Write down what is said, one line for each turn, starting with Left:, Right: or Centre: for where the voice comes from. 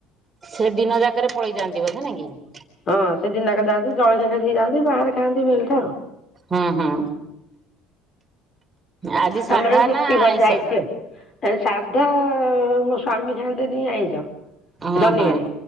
Right: ସେ ଦିନ ଯାକରେ ପଳେଇଯାଆନ୍ତିି ବଧେ ନାଇଁକି।
Left: ହଁ ସେ ଦିନଯାକ ଯାନ୍ତି ଜଳଖିଆ ଖାଇ ଦେଇ ଯାଆନ୍ତି ବାହାରେ ଖାଆନ୍ତି ମିଲଟା
Right: ହୁଁ ହୁଁ ଆଜି ସାଧା
Left: ଆମର ରୁଟି
Right: ନା
Left: ଭଜା
Right: ଆଇଁଷ?
Left: ହେଇଛି। ଏଣେ ସାଧ ମୋ ସ୍ଵାମୀ ଖାଆନ୍ତିନି ଆଇଁସ।
Right: ହୁଁ
Left: ଶନିବାର
Right: ହୁଁ।